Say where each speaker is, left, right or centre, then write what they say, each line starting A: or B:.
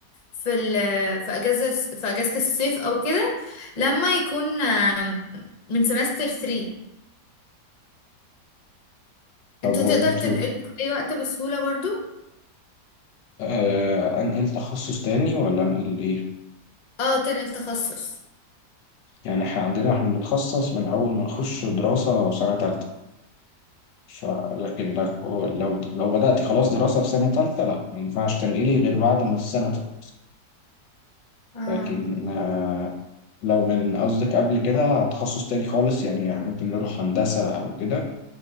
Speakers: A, on the left; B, on the left.
A: في ال في أجازة في أجازة الصيف أو كده لما يكون آم، من سمستر 3
B: طب
A: انتوا
B: هو
A: تقدر
B: أنتوا
A: تنقله في اي وقت بسهولة برضو
B: آه أنقل تخصص تاني ولا أنقل إيه؟
A: اه تنقل تخصص
B: يعني احنا عندنا احنا بنتخصص من اول ما نخش دراسة سنة تالتة فلكن لك- هو لو لو بدأت خلاص دراسة في سنة تالتة لا ما ينفعش تنقلي غير بعد ما السنة تالتة
A: اه
B: لكن آه، لو من قصدك قبل كده تخصص تاني خالص يعني ممكن نروح هندسة أو كده